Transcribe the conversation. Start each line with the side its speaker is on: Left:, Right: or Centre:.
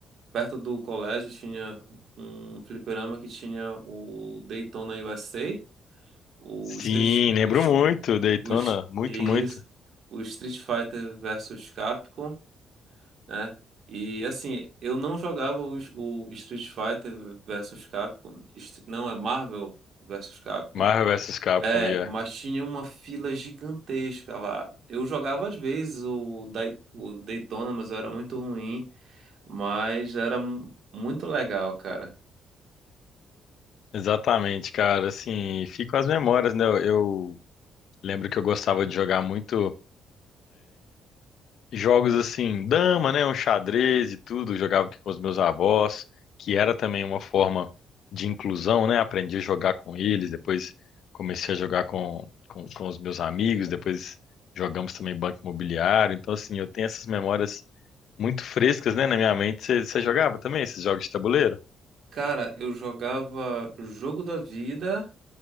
Right: perto do colégio tinha um fliperama que tinha o Daytona USA, o
Left: Sim,
Right: Street,
Left: lembro
Right: os,
Left: muito, Daytona,
Right: os,
Left: muito,
Right: isso,
Left: muito.
Right: o Street Fighter versus Capcom né? E assim, eu não jogava o, o Street Fighter versus Capcom, Stre- não é Marvel versus Capcom,
Left: Marvel vs Capcom,
Right: é,
Left: yeah.
Right: mas tinha uma fila gigantesca lá. Eu jogava às vezes o, Dai- o Daytona, mas eu era muito ruim, mas era mu- muito legal, cara.
Left: Exatamente, cara, assim, ficam as memórias, né? Eu lembro que eu gostava de jogar muito jogos assim, dama, né, um xadrez e tudo, eu jogava aqui com os meus avós, que era também uma forma de inclusão, né? Aprendi a jogar com eles, depois comecei a jogar com, com, com os meus amigos, depois jogamos também banco imobiliário. Então, assim, eu tenho essas memórias muito frescas, né, na minha mente. Você você jogava também esses jogos de tabuleiro?
Right: Cara, eu jogava Jogo da Vida